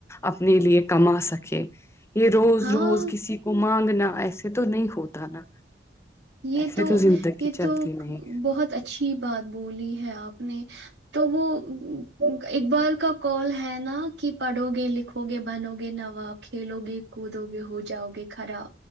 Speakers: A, on the left; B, on the right.
A: اپنے لیے کما سکے یہ روز
B: ہاں
A: روز کسی کو مانگنے نہ ایسے تو نہیں ہوتا نا
B: یہ
A: ایسے
B: تو
A: زندگی
B: یہ
A: چلتی
B: تو
A: نہیں
B: بہت اچھا اچھی بات بولی ہے آپ اپ نے تو وہ اقبال کا کال ہے نا کہ پڑھو گے لکھو گے بنو گے نواب کھیلو گے کودو گے ہو جاؤ گے خراب